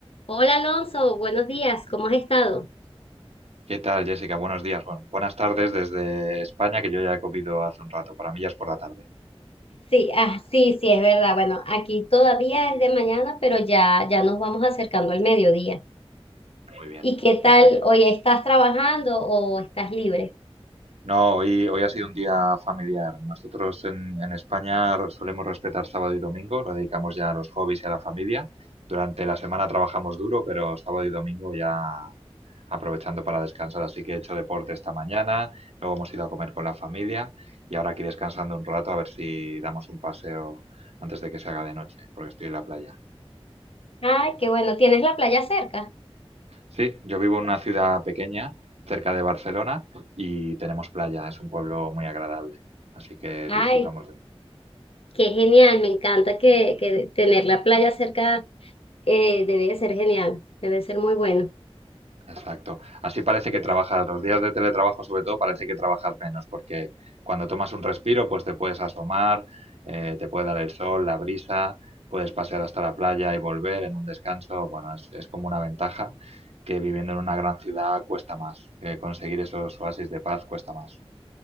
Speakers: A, on the left; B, on the right.
A: Hola Alonso, buenos días, ¿cómo has estado?
B: ¿Qué tal, Jessica? Buenos días. Bueno, buenas tardes desde España, que yo ya he comido hace un rato. Para mí ya es por la tarde.
A: Sí, ah, sí, sí, es verdad. Bueno, aquí todavía es de mañana, pero ya, ya nos vamos acercando al mediodía.
B: Muy bien,
A: ¿Y qué
B: perfecto.
A: tal? Hoy estás trabajando o estás libre?
B: No, hoy, hoy ha sido un día familiar. Nosotros en, en España r- solemos respetar sábado y domingo, lo dedicamos ya a los hobbies y a la familia. Durante la semana trabajamos duro, pero sábado y domingo ya aprovechando para descansar. Así que he hecho deporte esta mañana, luego hemos ido a comer con la familia y ahora aquí descansando un rato a ver si damos un paseo antes de que se haga de noche, porque estoy en la playa.
A: Ay, qué bueno, ¿tienes la playa cerca?
B: Sí, yo vivo en una ciudad pequeña, cerca de Barcelona, y tenemos playa, es un pueblo muy agradable, así que
A: Ay,
B: disfrutamos de
A: Qué genial, me encanta que, que tener la playa cerca eh, debe de ser genial, debe ser muy bueno.
B: Exacto. Así parece
A: sí.
B: que trabajas, los días de teletrabajo sobre todo, parece que trabajas menos, porque cuando tomas un respiro, pues te puedes asomar, eh, te puede dar el sol, la brisa, puedes pasear hasta la playa y volver en un descanso. Bueno, es, es como una ventaja que viviendo en una gran ciudad cuesta más, eh, conseguir esos oasis de paz cuesta más,